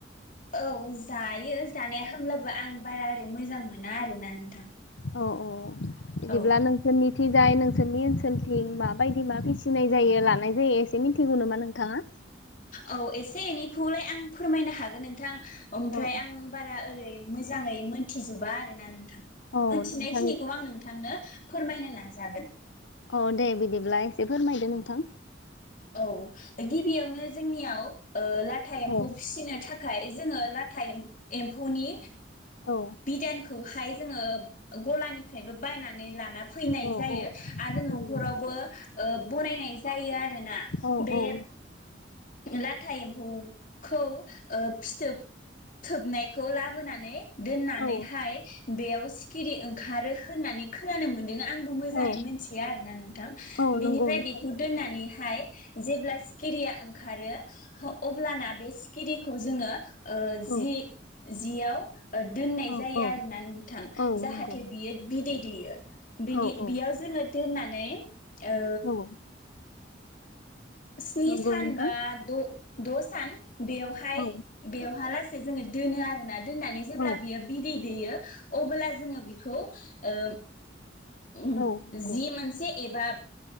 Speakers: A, on the left; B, on the left.
A: औ जायो जानाया होमब्लाबो आं बारा ओरै मोजां मोना आरो ना नोंथां?
B: अ अह बिदिब्ला
A: औ
B: नोंसोरनि थिजाय नोंसोरनि ओनसोलथिं माबायदि मा फिसिनाय जायो लानाय जायो एसे मिथिगौ नामा नोंथाङा?
A: औ एसे एनैखौलाय आं फोरमायनो हागोन नोंथां। ओमफ्राय
B: औ
A: आं बारा ओरै मोजाङै मोनथिजोबा आरो ना नोंथां?
B: औ
A: मोनथिनायखिनिखौ
B: नोंथां
A: आं नोंथांनो फोरमायनो नाजागोन।
B: अ दे बिदिब्ला एसे फोरमायदो नोंथां।
A: औ गिबियावनो जोंनियाव ओ लाथा एम्फौ
B: औ
A: फिसिनो था खाय जोङो लाथा एम्फौनि
B: औ
A: बिदानखौ हाइ जोङो गनिफ्रायबो बायनानै ला ना फैनाय
B: औ
A: जायो
B: औ
A: आरो न'खावबो
B: नंगौ
A: ओ बनायनाय जायो आर रोना
B: औ
A: बे
B: औ
A: लाथा एम्फौखौ ओ फिथोब थोबनायखौ लाबोनानै दोननानैहाय
B: औ
A: बेयाव सिखिरि ओंखारो होननानै खोनानो मोन्दों आं। आंबो मोजाङै
B: औ
A: मोनथिया आरोना नोंथां
B: औ
A: बेनिफ्राय
B: नंगौ नोंथां
A: बेखौ दोननानैहाय जेब्ला सिखिरिया ओं ओंखारो अब्लाना बे सिखिरिखौ जोङो ओ
B: औ
A: जि जियाव ओ दोननाय
B: औ
A: जायो
B: औ
A: आरोना नोंथां
B: औ
A: जाहाथे
B: नंगौ
A: बियो बिदै दैयो बिनि
B: औ औ
A: बेयाव जोङो दोन्नानै ओ
B: औ
A: स्नि
B: नंगौ
A: सानबा
B: नोंथां
A: द' द' सान बेयावहाय
B: औ
A: बेवहा लास जोङो दोनो आरो ना दोन्नानै जेब्ला
B: औ
A: बियो बिदै दैयो अबोब्ला जोङो बिखौ ओ उम
B: औ नंगौ
A: जि मोनसे एबा